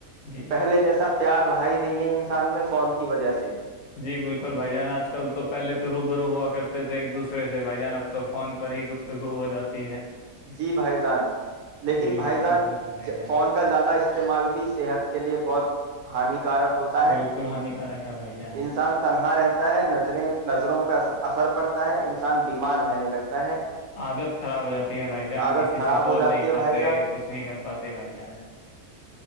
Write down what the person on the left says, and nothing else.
جی
جی بالکل بھائی جان آج کل تو پہلے تو رو برو ہوا کرتے تھے ایک دوسرے سے بھائی جان اب تو فون پر ہی گفتگو ہو جاتی ہے
جی
بالکل
بالکل بھائی جان
بالکل
ہانیکارک ہے بھائی جان
عادت خراب ہو جاتی ہے بھائی جان
کسی
سے بول
نہیں
پاتے
کچھ نہیں کر پاتے بھائی جان